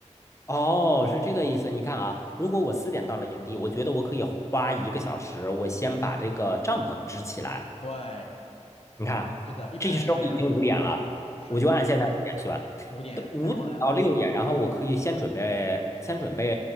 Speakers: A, on the left; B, on the left.
A: 哦，是这个意思。你看啊，如果我四点到了营地，
B: 嗯。
A: 我觉得我可以花一个小时，我先把这个帐篷支起来。
B: 对，
A: 你看，
B: 是的，一般是这样，
A: 这时候已经五点了，
B: 是的，
A: 我就按现在五点算，
B: 五点，
A: 五点到六点，
B: 然后呢？
A: 然后我可以先准备，先准备